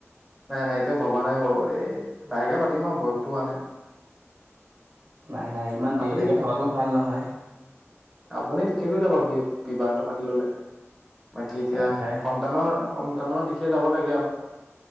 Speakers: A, in the centre; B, on the right.
A: নাই নাই এতিয়া ভবা নাই বাৰু, এই লাহেকে পাতিম আও বয়সতো হোৱা নাই।
B: নাই নাই ইমান
A: আপুনি
B: দেৰিলেকে থকাটো ভাল নহয়।
A: আপুনি ঠিকে কৰিলে বাও বিবাহটো পাতি ললে, বাকী এতিয়া
B: হয়
A: সন্ত
B: হয়
A: সন্তানৰ সন্তানৰ দিশে যাব লাগে আও।